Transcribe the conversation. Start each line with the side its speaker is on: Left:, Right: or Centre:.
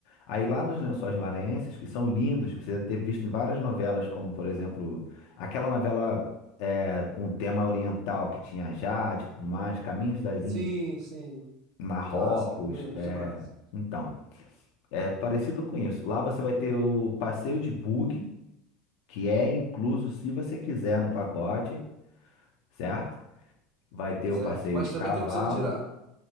Left: Aí lá dos Lençóis Maranhenses, que são lindos, você deve ter visto em várias novelas, como por exemplo, aquela novela é, com tema oriental que tinha Jade e tudo mais, Caminhos das
Right: Sim,
Left: Índias,
Right: sim.
Left: Marrocos,
Right: Clássica, eu lembro
Left: é,
Right: demais.
Left: então. É parecido com isso. Lá você vai ter o passeio de bug, que é incluso se você quiser no pacote, certo? Vai ter
Right: Certo.
Left: o passeio
Right: Mas
Left: de
Right: também
Left: cavalo.
Right: tem a opção de tirar.